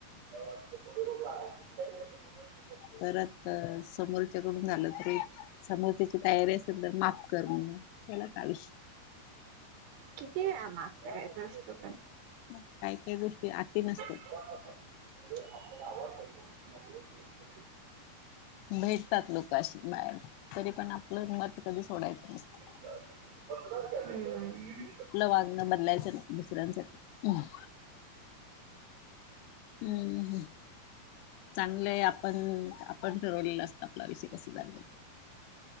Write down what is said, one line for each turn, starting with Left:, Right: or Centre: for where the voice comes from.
Right: <inaudible>
Left: परत समोरच्याकडून झालं तरी समोरच्याची तयारी असेल तर माफ करणं त्यालाच आयुष्य.
Right: किती वेळा माफ करायचं असतं पण
Left: काय काय गोष्टी आते नस
Right: <inaudible>
Left: भेटतात लोक अशी बाहेर, तरी पण आपलं मत कधी सोडायचं नसत.
Right: हम्म
Left: आपलं वागणं बदलायचं नाय दुसऱ्यासाठी... हृ.. हम्म.. हम्.. चांगलंय आपण.. आपण ठरवलेलं असतं आपलं आयुष्य कसं जगायचं.